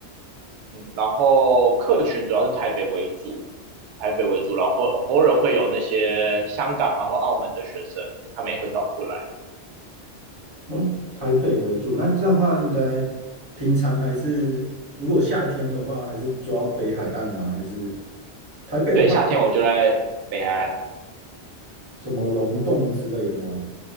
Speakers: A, on the right; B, on the right.
A: 嗯，然后客群主要是台北为主，台北为主，然后偶尔会有那些香港啊或澳门的学生，他们也会找过来。
B: 嗯，台北为主，那这样的话，应该平常还是如果夏天的话，还是主要北海岸吗？还是台北的话，
A: 对，夏天我就在北安。
B: 什么龙洞之类的吗？